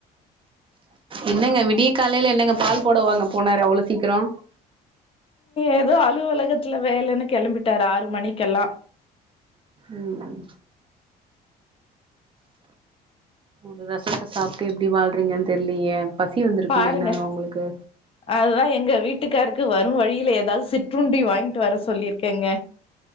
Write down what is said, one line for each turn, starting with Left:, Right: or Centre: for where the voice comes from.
Right: என்னங்க விடிய காலையில என்னங்க பால் போடவாங்க போனாரு அவ்ளோ சீக்கிரோ
Left: ஏதோ அலுவலகத்துல வேலைன்னு கெளம்பிட்டாரு ஆறு மணிக்கெல்லா
Right: உம் ஒரு ரசத்த சாப்ட்டு எப்டி வாழ்றீங்கன் தெர்லயே பசி வந்திருக்குமே
Left: பாருங்க
Right: இந்நேரோ உங்களுக்கு
Left: அதுதா எங்க வீட்டுக்காருக்கு வரு வரு வழியில ஏதாது சிற்றுண்டி வாங்கிட்டு வர சொல்லியிருக்கேங்க